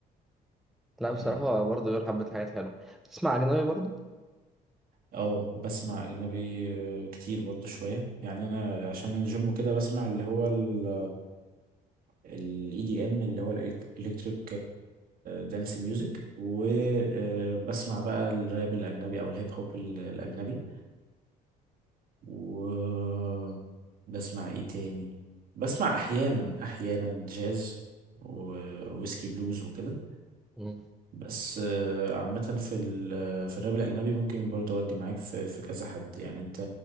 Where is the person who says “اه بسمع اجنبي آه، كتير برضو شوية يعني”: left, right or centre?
Right